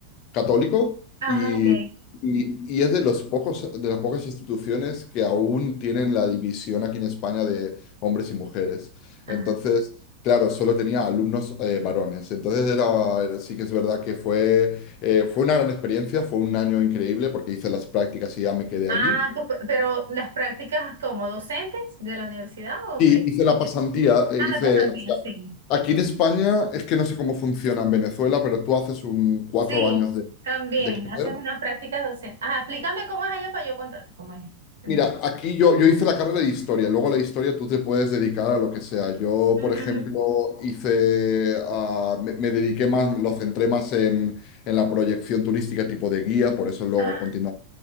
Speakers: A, on the left (about 40°); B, on the right (about 65°).
A: católico
B: Ah,
A: y,
B: ok.
A: y, y es de los pocos, de las pocas instituciones que aún tienen la división aquí en España de hombres y mujeres.
B: Ah.
A: Entonces... Claro, solo tenía alumnos eh, varones. Entonces era, sí que es verdad que fue, eh, fue una gran experiencia, fue un año increíble porque hice las prácticas y ya me quedé
B: Ah,
A: allí.
B: tú pe- pero las prácticas como docentes de la universidad o
A: Y
B: qué?
A: hice la pasantía, eh,
B: Ah,
A: hice,
B: la pasó al bien,
A: o sea,
B: sí.
A: aquí en España es que no sé cómo funciona en Venezuela, pero tú haces un cuatro
B: Sí,
A: años de,
B: también
A: de carrera
B: haces unas prácticas docentes. Ah, explícame cómo es allá para yo contarte cómo es. en
A: Mira,
B: Venezuela.
A: aquí yo, yo hice la carrera de historia, luego la historia tú te puedes dedicar a lo que sea. Yo,
B: Ujú.
A: por ejemplo, hice, ah, me, me dediqué más, lo centré más en, en la proyección turística tipo de guía, por eso luego
B: Ah,
A: continué